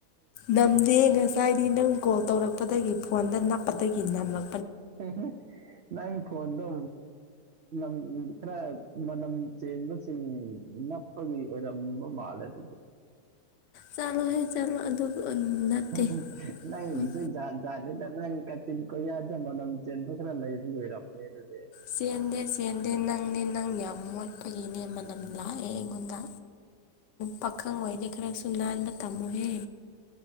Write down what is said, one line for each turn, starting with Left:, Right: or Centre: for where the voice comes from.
Left: ꯅꯝꯗꯦ ꯉꯁꯥꯏꯗꯤ ꯅꯪ ꯀꯣꯜ ꯇꯧꯔꯛꯄꯗꯒꯤ ꯐꯣꯟꯗ ꯅꯞꯄꯗꯒꯤ ꯅꯝꯂ꯫
Right: ꯍꯦ ꯍꯦ ꯅꯪ ꯐꯣꯟꯗꯣ <inaudible> ꯈꯔ ꯃꯅꯝ ꯆꯦꯟꯕꯁꯤꯡ ꯅꯞꯄꯒꯤ ꯑꯣꯏꯔꯝꯕ ꯃꯥꯜꯂꯦ ꯗꯨꯗꯤ꯫
Left: ꯆꯂꯣ ꯍꯦ ꯆꯂꯣ ꯑꯗꯨ ꯅꯠꯇꯦ
Right: <inaudible> ꯅꯪꯒꯤꯖꯨ
Left: ꯎꯝ
Right: ꯖꯥꯠ ꯖꯥꯠ ꯅꯦꯗ ꯅꯪ ꯀꯥꯆꯤꯟ ꯀꯣꯌꯥꯗꯦ ꯃꯅꯝ ꯆꯦꯟꯕ ꯈꯔ ꯂꯩꯕꯩ ꯑꯣꯏꯔꯝꯅꯦ ꯗꯨꯗꯤ
Left: ꯆꯦꯟꯗꯦ ꯆꯦꯟꯗꯦ ꯅꯪꯅꯦ ꯅꯪ ꯌꯥꯝ ꯃꯣꯠꯄꯒꯤꯅꯦ ꯃꯅꯝ ꯂꯥꯛꯑꯦ ꯑꯩꯉꯣꯟꯗ ꯄꯥꯈꯪ ꯑꯣꯏꯗꯤ ꯈꯔ ꯁꯨ ꯅꯥꯟꯕ ꯇꯝꯃꯨꯍꯦ